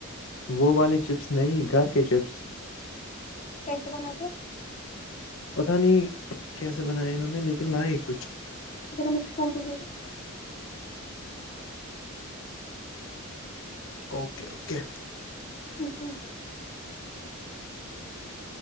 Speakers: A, on the left; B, on the left.
A: وہ والے چپس نہیں گھر کے چپس
B: کیسے بناتے ہو
A: پتا نہیں کیسے بنائے انہوں نے لیکن لائے ہی کچھ
B: ر مجھے فوٹن بھی
A: اوکے اوکے
B: جی